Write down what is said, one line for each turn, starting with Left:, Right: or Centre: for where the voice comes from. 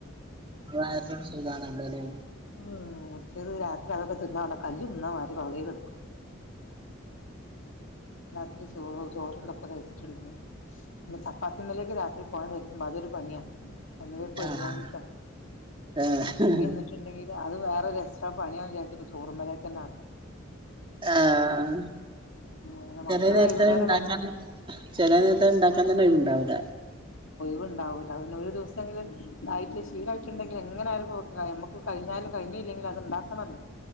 Right: വയറിനൊരു സുഗാണല്ലോ ലേ
Left: നോക്യത് രാത്രി അതൊക്കെ തിന്നകാണാ കല്ല് തിന്ന മാ പകുതീടെടുക്കും രാത്രി ചോറും ചോറ് ന്ന്പ്പ ടേസ്റ്റ്ണ്ട് പിന്നെ ചപ്പാത്തിള്ളോല്ക് <unintelligible> അതൊരു പണിയാ അല്ലേ പോ
Right: ആഹ്
Left: ഒര്ങ്ങാഞ്ഞിട്ടാ
Right: ആഹ്
Left: ഒരുങ്ങി നിന്ന്ട്ട്ണ്ടെങ്കില് അത് വേറൊരെക്സ്ട്രാ പണിയാവുന്ന് വിചാരിച്ചിട്ട് ചോറ്മ്മലേക്കെന്നെ
Right: ആഹ്
Left: പിന്നെ
Right: ചേലെ
Left: മക്കള്
Right: നേർതത്
Left: വൈകുന്നേരം
Right: ണ്ടാക്കാൻ
Left: വരണം
Right: ചെല നേരത്തത് ണ്ടാക്കാൻ തന്നൊഴിവ് ണ്ടാവൂല.
Left: വ്ണ്ടവൂല പിന്നെ ഒരു ദൗസെങ്കിലും തായിട്ട് ശീലായിട്ട് ണ്ടെങ്കിൽ ങ്ങനായാലും കൊട്ക്കണം ഞമ്മക്ക് കയിഞ്ഞാലും കൈഞ്ഞീലെങ്കിലും അത്ണ്ടാക്കണല്ലോ